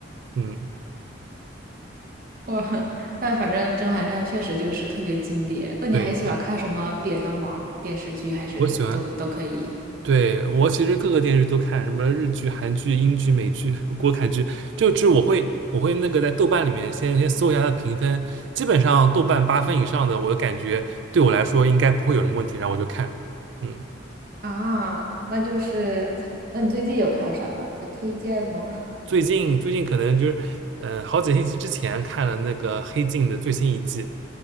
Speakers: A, on the right; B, on the right.
A: 嗯，
B: <laughs> 哇，但反正《甄嬛传》确实就是特别经典。那你还喜欢看什么别的吗？
A: 对对，
B: 电视剧还是都都可以？
A: 我喜欢。对，我其实各个电视剧都看，什么日剧、韩剧、英剧、美剧、国产剧，就是我会我会那个在豆瓣里面先先搜一下它的评分，基本上豆瓣八分以上的，我就感觉对我来说应该不会有什么问题，然后我就看。嗯。
B: 啊，那就是，那你最近有看啥吗？有推荐吗？<laughs>
A: 最近最近可能就是，呃，好几个星期之前看了那个《黑镜》的最新一季，